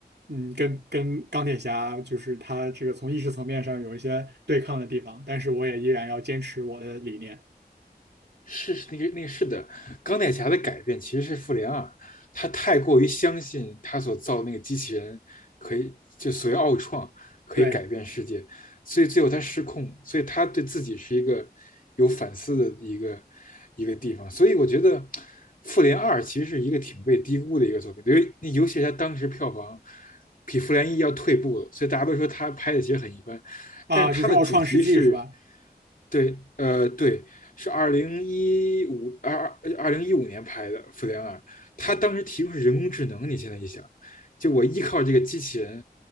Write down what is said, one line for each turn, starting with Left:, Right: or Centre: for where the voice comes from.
Right: 嗯跟跟钢铁侠就是他这个从意识层面上有一些对抗的地方，但是我也依然要坚持我的理念。
Left: 是是那个那个是的，钢铁侠的改变其实是复联二，他太过于相信他所造的那个机器人可以就所谓奥创可以改变世界，
Right: 对
Left: 所以最后他失控，所以他对自己是一个有反思的一个一个地方，所以我觉得复联二其实是一个挺被低估的一个作品，因为那尤其是他当时票房比复联一要退步了，所以大家都说他拍的其实很一般，
Right: 啊，
Left: 但是他的主题是。
Right: 就是奥创世纪是吧？
Left: 对，呃，对，是二零一五二二零一五年拍的《复联二》，他当时提供是人工智能。你现在一想，就我依靠这个机器人，